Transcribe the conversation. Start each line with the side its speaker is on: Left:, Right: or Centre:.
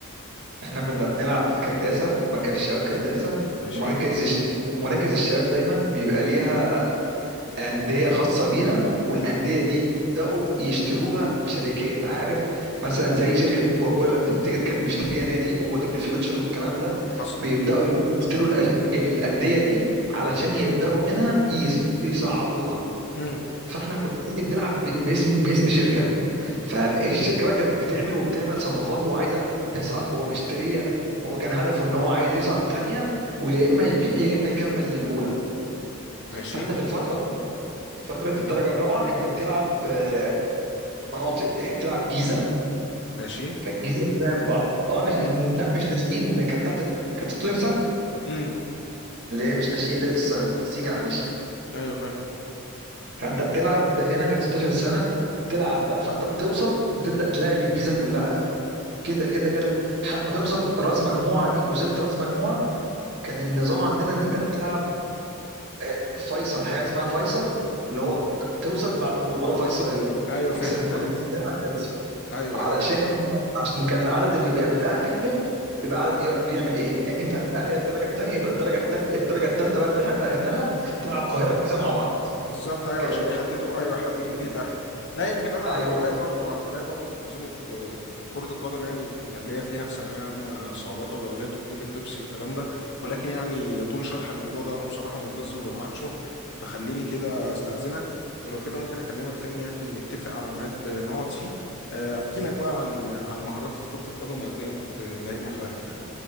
Right: احنا كنا بنلعب في كرداسة مركز الشباب كرداسة
Left: ماشي
Right: ومركز الش... ومراكز الشباب دايما بيبقى ليها أندية خاصة بيها والأندية دي بدأوا يشتروها شركات عارف مثلا زي شركة كوكاكولا لما تفتكر كانت مشترية نادي ومودرن فيوتشر والكلام ده
Left: حصل
Right: بيبدأوا يروحوا يشتروا الأ- الأندية دي علشان يبدأوا منها يص- يصعدوها
Left: امم
Right: فاحنا كنا نادي بنلعب ب- باسم باسم شركه فالشركه بقى كانت بتعمل وبتعمل صفقات وعايزه تصعد هو مشتري هو كان هدفه ان هو عايز يصعد تانية ويا اما يبيع يا اما يكمل للاولى
Left: ماشي
Right: فانت في الفتره دي فتره الدرجه الرابعه انت بتلعب آه، مناطق يعني بتلعب جيزه
Left: ماشي
Right: فالجيزه بتلعب بعض اه انا
Left: امم
Right: لا مش ناشئين كانت تحت كانت 16 سنه
Left: امم
Right: اللي هي مش ناشئين لسه سيكا عن الناشئين
Left: ايوه فاهم
Right: فانت بتلعب هنا كانت 16 سنه بتلعب بقى فانت بتوصل بتبدا تلاعب الجيزه كلها كده كده كده لحد ما توصل راس مجموعه دي وصلت راس مجموعه كان النظام عندنا ان انت تلعب آه، فيصل حاجه اسمها فيصل اللي هو ت- توصل بعد مباراه فيصليه
Left: ايوه
Right: تكسب
Left: فاهم
Right: المنافس
Left: فاهم
Right: بتاعك توصل
Left: ايوه
Right: علشان
Left: ايوه
Right: هم عشان كان العدد اللي بيبقى متاهل بيبقى عدد ايه بقى بيعمل ايه انت هتتاهل الدرجه الثانيه يبقى الدرجه التانية الدرجه الثالثه بقى اللي احنا اتاهلنا لها تلعب القاهره والجيزه مع بعض
Left: بالظبط ايوه
Right: كده
Left: عشان
Right: اللي هو
Left: يحددوا ايوه
Right: زي
Left: يحددوا
Right: الدنيا.
Left: مين اللي تأهل لا يمكن انا على
Right: ايوه
Left: درايه برضو على درايه برضو بانظمه آه، كره القدم يعني يمكن كان ليا فيها في ثانويه عامه صولات وجولات وبطوله بيبسي والكلام ده ولكن يعني يطول شرح الموضوع ده وانا بصراحه ملتزم بميعاد شغل فخليني كده استاذنك ولو كده ممكن اكلمك تاني يعني نتفق على ميعاد آه، نقعد فيه آه، احكي لك بقى عن عن مهاراتي في كره القدم وقد ايه انا كنت لعيب محترف يعني